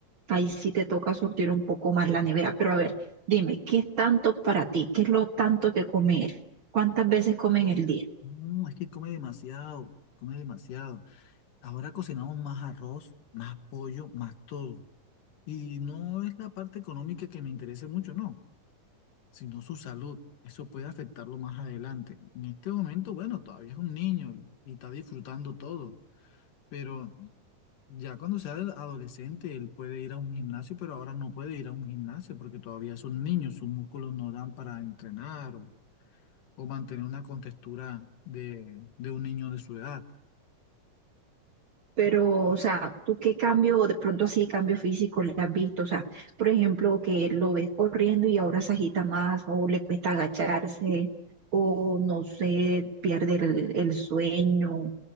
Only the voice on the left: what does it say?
No, es que come demasiado, come demasiado. Ahora cocinamos más arroz, más pollo, más todo. Y no es la parte económica que me interese mucho, no. sino su salud. Eso puede afectarlo más adelante. En este momento, bueno, todavía es un niño y, y está disfrutando todo, pero ya cuando sea el adolescente, él puede ir a un gimnasio, pero ahora no puede ir a un gimnasio porque todavía es un niño, sus músculos no dan para entrenar o, o mantener una contextura de, de un niño de su edad.